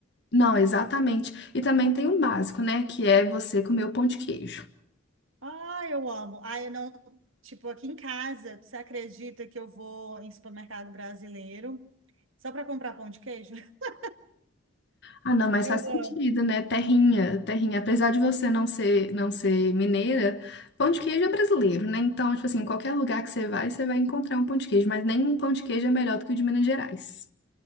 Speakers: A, on the left; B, on the right.
A: Não, exatamente. E também tem um básico, né? Que é você comer o pão de queijo.
B: Ah, eu amo. Ah, eu não. Tipo, aqui em casa, você acredita que eu vou em supermercado brasileiro só para comprar pão de queijo? <laughs>
A: Ah, não, mas
B: Eu
A: faz sentido,
B: amo.
A: né? Terrinha, terrinha. Apesar de você não ser, não ser mineira, pão de queijo é brasileiro, né? Então, tipo assim, qualquer lugar que você vai, você vai encontrar um pão de queijo, mas nenhum pão de queijo é melhor do que o de Minas Gerais.